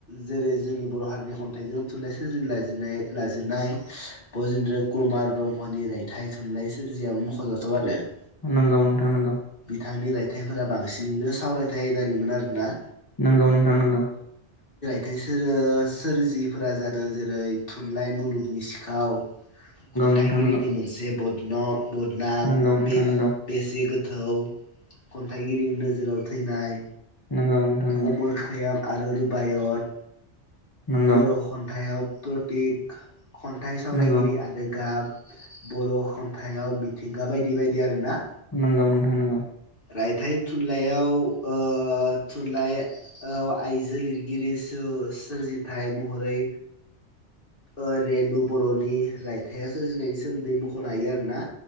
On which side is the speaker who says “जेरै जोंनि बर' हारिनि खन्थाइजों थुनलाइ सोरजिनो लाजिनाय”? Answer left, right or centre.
Left